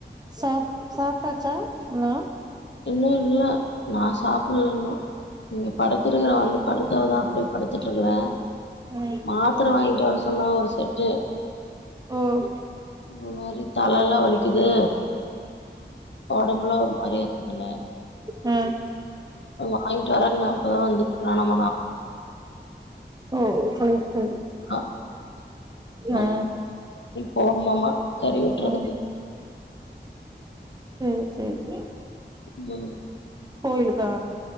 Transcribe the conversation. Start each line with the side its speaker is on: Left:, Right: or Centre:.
Right: சா சாப்டாச்சா இன்னும்
Left: இன்னும் இல்ல நா சாப்ட்ல இன்னும் இங்க படுத்துருக்கிற வந்து படுத்தவ தா அப்டி படுத்துட்டுருக்கற
Right: ம்
Left: மாத்திர வாங்கிட்டு வர சொன்ன ஒரு செட்டு
Right: ம்
Left: இந்த மாரி தல எல்லாம் வலிக்குது ஒடம்புலாம் ஒரு மாரியா இருக்குதுன்னு
Right: அ
Left: வாங்கிட்டு வரேனா இப்பதா வந்துட்டுருக்கானாமா நா
Right: ஓ சரி சரி
Left: அ
Right: ஆ ஆ
Left: போணுமாமா கறி வெட்றதுக்கு
Right: ம் சரி சரி
Left: ம்
Right: கோயிலுக்கா